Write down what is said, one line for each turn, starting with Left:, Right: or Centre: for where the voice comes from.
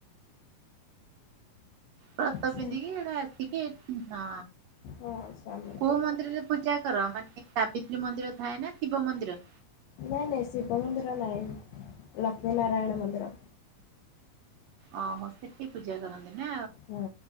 Right: ବ୍ରତ ପିନ୍ଧିକି
Left: ସେ
Right: ଏଟା ରାତିକି ହଁ।
Left: ହଁ ସ୍ୱାମୀଙ୍କୁ
Right: କୋଉ ମନ୍ଦିରରେ ପୂଜା କର ମାନେ ସାବିତ୍ରୀ ମନ୍ଦିର ଥାଏ ନା ଶିବ ମନ୍ଦିର
Left: ନାଇଁ ନାଇଁ ଶିବ ମନ୍ଦିର ନାହିଁ ଲକ୍ଷ୍ମୀ ନାରାୟଣ ମନ୍ଦିର।
Right: ଅହ ସେଠି ପୂଜା କରନ୍ତି ନା।
Left: ହଁ